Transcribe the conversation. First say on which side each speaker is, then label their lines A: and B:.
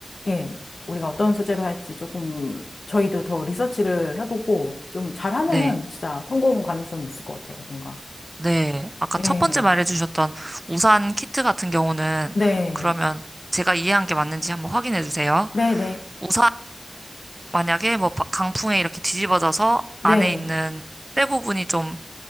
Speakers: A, on the left; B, on the right.
A: 예, 우리가 어떤 소재로 할지 조금 저희도 더 리서치를 해보고 좀 잘하면은
B: 네.
A: 진짜 성공 가능성이 있을 것 같아요. 뭔가.
B: 네, 아까 첫
A: 예,
B: 번째 말해주셨던 우산 키트 같은 경우는
A: 네,
B: 그러면 제가 이해한 게 맞는지 한번 확인해 주세요.
A: 네, 네.
B: 우산 만약에 뭐 바- 강풍에 이렇게 뒤집어져서
A: 네,
B: 안에 있는 때 부분이 좀